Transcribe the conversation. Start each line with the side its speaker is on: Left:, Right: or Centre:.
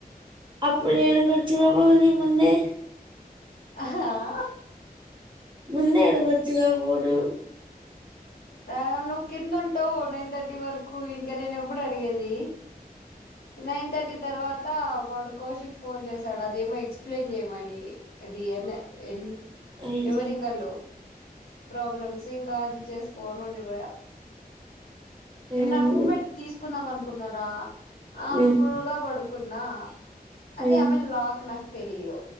Right: అప్పుడేడుకొచ్చనావని
Left: ఉమ్
Right: ముందే
Left: అహా ఆ
Right: ముందే అడగచ్చుగా పోటు
Left: ఆ నువ్వు కింద ఉంటావు నైన్ థర్టీ వరకు. ఇంక, నేను ఎప్పుడు అడిగేది? నైన్ థర్టీ తర్వాత వాడు కౌశిక్ ఫోన్ చేసాడు. అదేమో ఎక్స్ప్లెయిన్ చేయమని. ఇది ఎం ఎ ఎన్
Right: అయ్యో
Left: న్యూమరికల్. ప్రాబ్లమ్స్ ఇంక అది చేసుకోని ఉండిపోయా. ఏమ్
Right: ఉమ్,
Left: నా రూమ్మేట్ ది తీసుకుందాం అనుకున్నారా. ఆ ఆమె
Right: ఉమ్,
Left: ఫుల్గా బడుకుద్నా అదే
Right: ఉమ్.
Left: ఆమె లాక్ నాక తెలిదు